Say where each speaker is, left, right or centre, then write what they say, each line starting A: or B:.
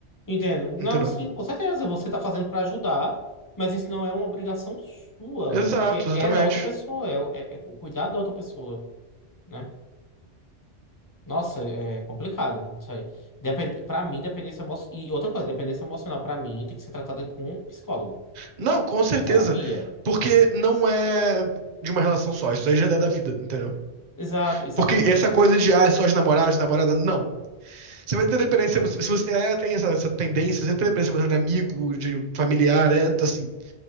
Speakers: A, on the left (about 25°); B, on the right (about 50°).
A: entendo. Não,
B: Entendeu?
A: sim, com certeza. Você está fazendo para ajudar, mas isso não é uma obrigação sua,
B: Exato,
A: porque
B: exatamente.
A: é da outra pessoa, é, é, é o cuidado da outra pessoa, né? Nossa, é complicado isso aí. Depende, para mim, dependência emocional. E outra coisa, dependência emocional pra mim tem que ser tratada com um psicólogo.
B: Não, com certeza.
A: É terapia.
B: Porque não é de uma relação só. Isso aí já é da vida, entendeu?
A: Exato, exatamente.
B: Porque essa coisa de, ah, é só de namorado, de namorada, não. Você vai ter dependência. emo- Se você tem, é, tem essa, essa tendência, você tem dependência emocional de amigo, de familiar, é assim.